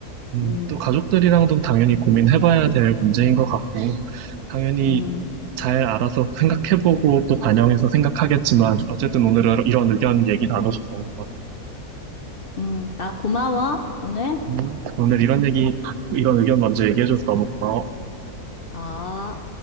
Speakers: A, on the right (about 80°); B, on the left (about 50°).
A: 음,
B: 음,
A: 또 가족들이랑도 당연히 고민해봐야 될 문제인 것 같고 당연히
B: 음,
A: 잘 알아서 생각해보고 또 반영해서 생각하겠지만 어쨌든 오늘 이런 의견 얘기 나눠줘서 고마워.
B: 음. 나 고마워, 오늘.
A: 음, 오늘 이런 얘기 이런 의견 먼저 얘기해줘서 너무 고마워.
B: 아